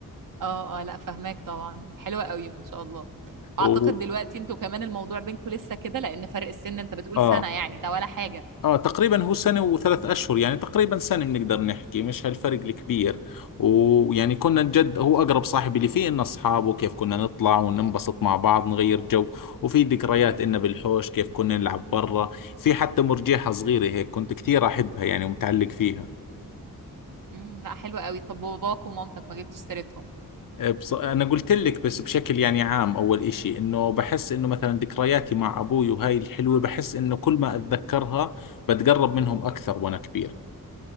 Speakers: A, on the right; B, on the left.
A: اه اه لا فهماك طبعا حلوه قوي ما شاء الله
B: و
A: واعتقد دلوقتي انتوا كمان الموضوع بينكم لسه كده لان فرق السن انت بتقول
B: اه
A: سنه يعني ده ولا حاجه
B: اه تقريبا هو سنه وثلاث اشهر يعني تقريبا سنه بنقدر نحكي مش هالفرق الكبير ويعني كنا جد هو اقرب صاحب اللي فيه انه اصحابه كيف كنا نطلع وننبسط مع بعض نغير جو وفي ذكريات انه بالحوش كيف كنا نلعب برا في حتى مرجيحه صغيره هيك كنت كثير احبها يعني ومتعلق فيها
A: امم لا حلوه قوي طب باباك ومامتك ما جبتش سيرتهم
B: آه، بص... أنا قلت لك بس بشكل يعني عام أول إشي إنه بحس إنه مثلا ذكرياتي مع أبوي وهاي الحلوة بحس إنه كل ما أتذكرها بتقرب منهم أكثر وأنا كبير